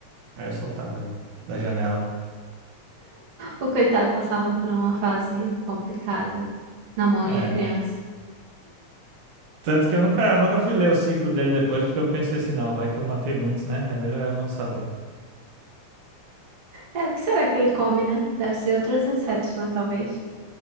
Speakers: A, on the right (about 80°); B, on the right (about 55°).
A: Aí eu soltava ele da janela.
B: O coitado passava por uma fase complicada na mão
A: É.
B: de uma criança.
A: Tanto que eu nunca, eu nunca fui ler o ciclo dele depois, porque eu pensei assim, não, vai que eu matei muitos, né? É melhor eu não saber.
B: É, o que será que ele come, né? Deve ser outros insetos, né, talvez.